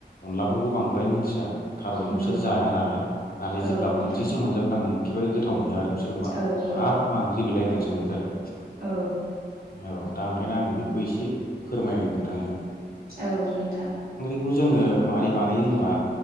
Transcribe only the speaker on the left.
अनलाफोरखौ बांद्राय मोनथिया खारन
बिसोर जाया नालाय नाथाय
जेब्ला
खनसेसो मोनजाफ्लाङो एखेबारे गोथाव मोनो आरो बिसोर होमबा
हाब मा ओंख्रि बेलाय होननानै सोंलथारो
औ दा ओंखायनो आङो बेखौ एसे फोरमायनो नोंथांनो
बेखौ जोङो मारै बानायो होनबा